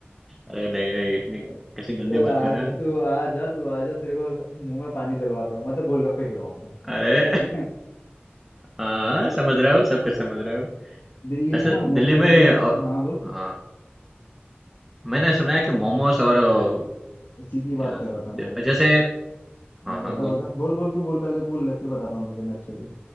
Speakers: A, in the centre; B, on the left.
A: अरे नहीं नहीं इतनी
B: अरे
A: कैसे गंदे
B: चल आज
A: बात कर रहा है
B: तू आ जा तू आ जा तेरे को मुंह में पानी दिलवाता हूँ मैं तो गोलगप्पे खिलवाऊंगा
A: अरे
B: ठीक है
A: हाँ समझ रहा हूँ सब कुछ समझ रहा हूँ
B: दिल्ली
A: ऐसे
B: में ना मोमो
A: दिल्ली में
B: दिल्ली
A: और,
B: हाँ बोल
A: हाँ मैंने सुना है कि मोमोस और अ,
B: उसी की बात
A: क्या
B: कर रहा था मैं
A: जैसे
B: हाँ
A: हाँ
B: बता
A: हाँ बोल
B: बता बोल बोल तू बोल पहले बोल ले फिर बताता हूँ तुझे मैं अच्छे से